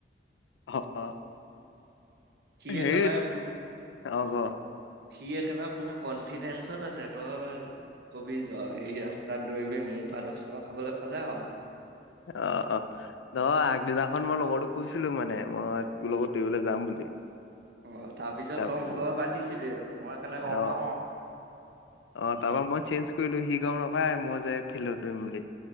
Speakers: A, on the left; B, on the right.
A: অ অ।
B: সি
A: সেই
B: একেবাৰে
A: অ গ
B: সি একেবাৰে পুৰা কনফিডেঞ্চত আছে তই। কবি যোৱা সি ৰাস্তাত দৌৰিব মোৰ পৰা দহ টকা খাবলৈ পালে আৰু।
A: অ অ ন আগদিনাখন মই লগৰো কৈছিলো মানে মই তোৰ লগত দৌৰিবলে যাম বুলি।
B: অ তাপিছত
A: তাৰ
B: তই মোৰ লগত পাতিছিলি দেখোন মই হেকাণে গম
A: অ
B: পাও আউ।
A: অ তাৰপৰা মই চেঞ্জ কৰিলো সি গম নাপায় মই যে ফিল্ডত দৌৰিম বুলি